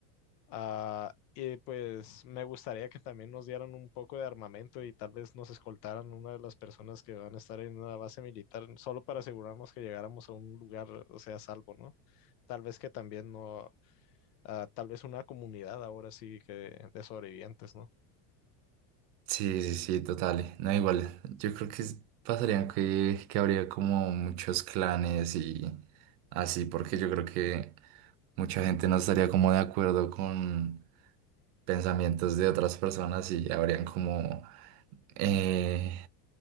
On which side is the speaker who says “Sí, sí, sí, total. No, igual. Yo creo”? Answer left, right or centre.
Right